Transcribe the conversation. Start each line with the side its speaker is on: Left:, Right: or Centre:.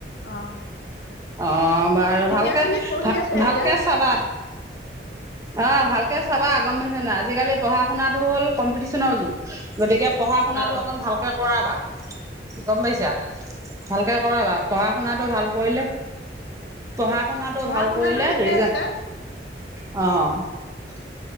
Left: অ'।
Right: অ' বাৰু
Left: তৃতীয়
Right: ভালকে
Left: শ্ৰেণীত পঢ়ি আছে
Right: ভালকে
Left: এতিয়া।
Right: চাবা। অ' ভালকে চাবা গ'ম পাইছানে। আজিকালি পঢ়া শুনাটো হ'ল কম্পিটিচনৰ যুগ গতিকে। পঢ়া শুনাটো
Left: অ
Right: অকণ ভালকৈ কৰাবা গ'ম পাইছা। ভালকৈ কৰাবা পঢ়া শুনাটো ভাল কৰিলে। পঢ়া শুনাটো
Left: পঢ়া
Right: ভাল
Left: শুনাতো
Right: কৰিলে
Left: ঠিকে
Right: ৰিজাল্ট।
Left: আছে
Right: অ'